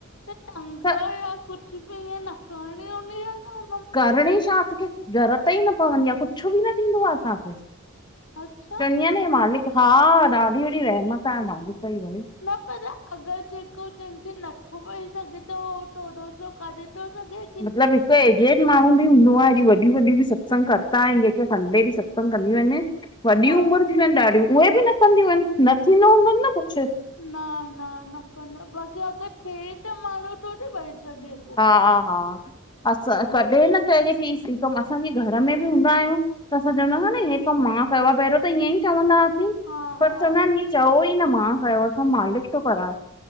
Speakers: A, on the left; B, on the left.
A: टंग
B: त
A: या कुझ बि इं नक नी ही आहे न म <unintelligible>
B: करणी छा असांखे, जरत ई न पवंदी आहे कुझु बि न थींदो आहे असांखे।
A: अच्छा
B: चंदिया न मालिक, हा ॾाढी वॾी रहमत आहे मालिकई भई
A: न पर अगरि जेको जंहिंखे नथो पई सघे त उह थोरो सो काढ थो सघे <unintelligible>
B: मतलब एजेड माण्हू बि हूंदो आ। हेॾी वॾियूं -वॾियूं बि सत्संग कंदा आहिनि। जेके संडे ॾींहुं सत्संग कंदियूं आहिनि वॾी
A: हा
B: उमिरि जी आहिनि ॾाढियूं, उहे बि न कंदियूं आहिनि, न थींदो हूंदोनि न कुझु
A: न, न, न कंदो बाक़ी अगरि थिए त माण्हू थोडी वई सघे पो
B: हा- हा असां कॾहिं न चजे की असांजे घर में बि हूंदा आहियूं त असां चवंदाा नी हे कमु मां कयो आ पहिरं त ईअं ई चवंदा हुआसीं,
A: हा
B: पर
A: हा
B: चवंदा चयोओ ई न मां कयो आ, मालिक थो कराए।